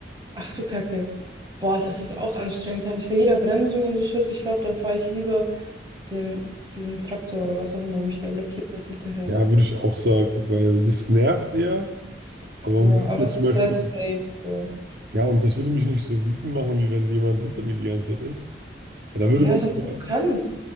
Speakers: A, on the right; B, on the right.
A: Ach du Kacke. Boah, das ist auch anstrengend. Da habe ich bei jeder Bremsung und so Schiss. Ich glaube, dann fahre ich lieber dem, diesem Traktor oder was auch immer mich da blockiert hinterher.
B: ja, würde ich auch sagen, weil das nervt eher, aber
A: Ja,
B: man würde
A: aber
B: jetzt
A: es
B: zum
A: ist
B: Beispiel,
A: relativ safe, so.
B: ja, und das würde mich nicht so wütend machen, wie wenn jemand hinter mir die ganze Zeit ist. Weil da würde
A: Ja,
B: man,
A: ist auch provokant.
B: ja,